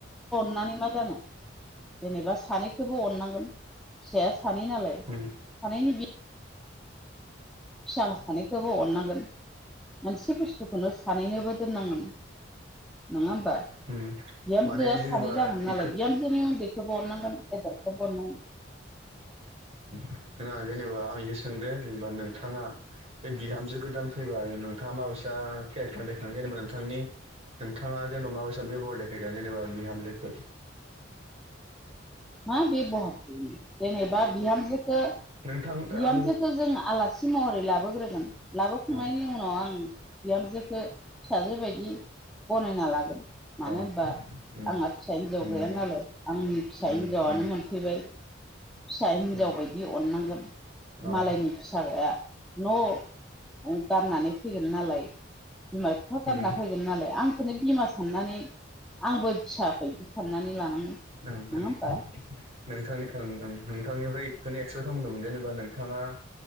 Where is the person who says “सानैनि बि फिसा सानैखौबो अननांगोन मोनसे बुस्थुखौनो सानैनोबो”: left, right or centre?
Centre